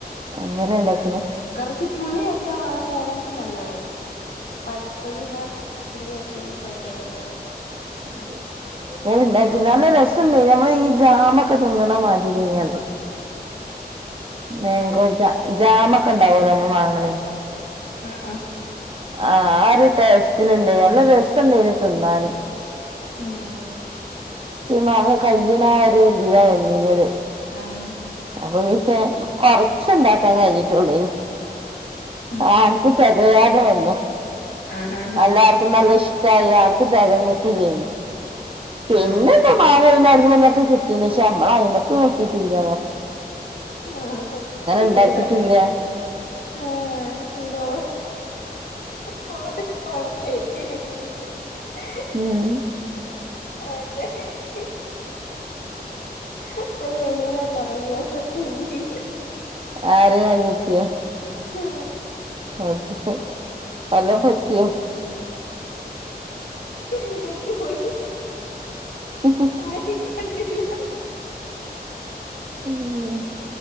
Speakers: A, on the right; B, on the left.
A: അങ്ങനെ ഉണ്ടാക്കിനെ
B: കുറച്ച് പുളിയൊക്കെ വാങ്ങിയയാണെങ്കിൽ നല്ലതായിരിക്കും പടുത്തതിനതിനകത്ത് പുള്ളിക്കെണ്ടികഴിക്കാൻ നല്ലതാ രിക്കും
A: അതെ ഓ ഉണ്ടാക്കി നല്ല രസംുണ്ടായി നമ്മൾ ഈ ജാമൊക്കെ തിന്നണ മാതി അത് മാങ്കോ
B: ആഹ്
A: ജ ജാമ ഒക്കെ ഉണ്ടാവുമോ നമ്മ വാങ്ങ
B: ആഹ്
A: ആ ഒരു ടേസ്റ്റണ്ട് നല്ല രസണ്ട് തിന്നാല്
B: ഉം
A: മാങ്ങ കയ്യണ ഒരു ഇര വന്നീത്
B: ആഹ
A: അപ്പൊ പിന്നെ കൊറച്ചുണ്ടാക്കാൻ കഴിഞ്ഞിട്ടുള്ള
B: ആഹ്
A: ആർക്കും തികയാതെ വന്നു
B: ആഹ് ആഹ് ആഹ്
A: അല്ലാർക്കും നല്ല ഇഷ്ടായി ആർക്കും തികഞ്ഞ പിന്നെ
B: ആഹ്
A: ഇപ്പ മാ കുന്നന്ന് വന്നൊക്കെ കിട്ടീ പക്ഷെ നമ്മള അയി <unintelligible> മക്ക് നോക്കി ആക്കിട്ടില്ല
B: ആ ഇവിടാണ്
A: ഇണ്ടാക്കിട്ടില്ല
B: ആഹ ഇവിടോ പഴത്ത അ <unintelligible>
A: മം
B: ആ <unintelligible> എന്തട്ട അപ്പ വെളിയിലാട്ട് ഇറങ്ങിയ തെന്നിവീണ്
A: ആരെയാ അനിയത്തിയ
B: ഹഹ
A: അത എല്ലാം പറ്റിയോ
B: തെന്നി പോയി
A: ഉ
B: ആരേം കണ്ടില്ല
A: ഉം